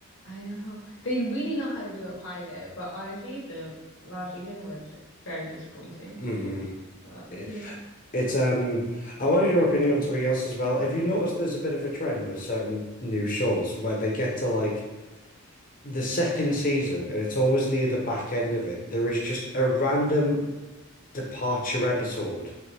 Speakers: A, on the left; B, on the left.
A: I know. They really know how to do a pilot, but honestly, the last season was very disappointing.
B: hmm
A: But
B: It,
A: yeah,
B: it's um. I wanted your opinion on something else as well. Have you noticed there's a bit of a trend with certain new shows where they get to like the second season, and it's always near the back end of it. There is just a random departure episode